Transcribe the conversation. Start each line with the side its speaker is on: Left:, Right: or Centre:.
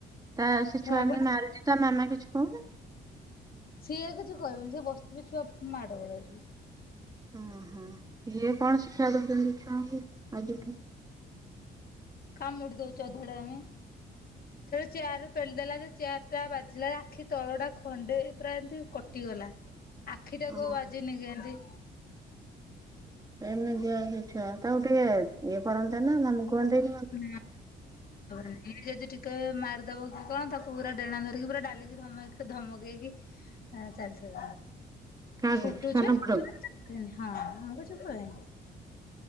Right: ତା ସେ ଛୁଆ
Left: ଥୁଆବା।
Right: ଏମିତି ମାରୁଛି ତା ମାମା କିଛି କହୁନ
Left: ସିଏ କିଛି କହିବନି ସେ ବସିବ ଛୁଆ ମାଡ ଗୋଳ ଯିବ।
Right: ଓହୋ ଯିଏ କଣ ଶିକ୍ଷା ଦଉଛନ୍ତି ଛୁଆଙ୍କୁ ଆଜିଠୁ।
Left: କାମୁଡି ଦଉଛଧଡ ଆମେ ଚେୟାର ପେଲିଦଲା ଚୟାର ଜା ବାଜିଲା ଆଖି ତଳ ଟା ଖଣ୍ଡେ ପୁରା ଏମତି କଟିଗଲା ଆଖିଟା
Right: ହଁ
Left: କୋଉ ବା ଜିନି କହନ୍ତି।
Right: ଏମିତିଆସଛୁଆ ଆଉ ଟିକେ ଇଏ କରନ୍ତେ ନା ତମ କୁହନ୍ତି।
Left: ହୁଁ ହ ଆମେ ଯଦି ଟିକେ ମାରିଦବ କି କଣ ତାକୁ ପୁରା ଡେଣା ଧରିକି ପୁରା ଡାଲିକି ଧ ଧମକେଇକି ହଁ ଚାଲଚି।
Right: କାହାକୁ
Left: ଛୋଟଛୁଆନି
Right: ସାନ ପୁଅଟାକୁ?
Left: ହଁ ଆମକୁ ଚପ ହ ମୁ କିଛି କୁହେନି।